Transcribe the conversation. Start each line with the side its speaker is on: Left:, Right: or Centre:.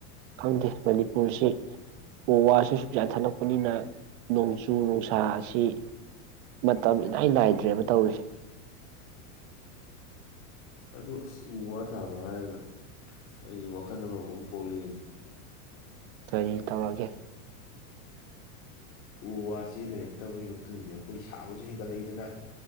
Right: ꯈꯪꯗꯦ ꯃꯅꯤꯄꯨꯔꯁꯤ ꯎ ꯋꯥꯁꯤ ꯁꯨꯡꯖꯥ ꯊꯠꯂꯛꯄꯅꯤꯅ ꯅꯣꯡꯖꯨ ꯅꯨꯡꯁꯥ ꯑꯁꯤ ꯃꯇꯝ ꯏꯂꯥꯏ ꯅꯥꯏꯗ꯭ꯔꯦꯕ ꯇꯧꯔꯤꯁꯦ
Left: ꯑꯗ ꯑꯁ ꯎ ꯋꯥ ꯊꯥꯕ ꯍꯥꯏꯔꯒ ꯑꯩ ꯋꯥꯈꯜ ꯑꯃꯕꯨꯛ ꯄꯣꯛꯂꯛꯑꯦꯅꯤ
Right: ꯀꯔꯤ ꯇꯧꯔꯒꯦ
Left: ꯎ ꯋꯥꯁꯤ ꯂꯩꯔꯛꯇꯕꯒꯤ ꯃꯇꯨꯡ ꯏꯟꯅ ꯑꯩꯈꯣꯏ ꯁꯥꯕꯁꯨ ꯍꯦꯟꯒꯠꯂꯛꯏꯗꯅ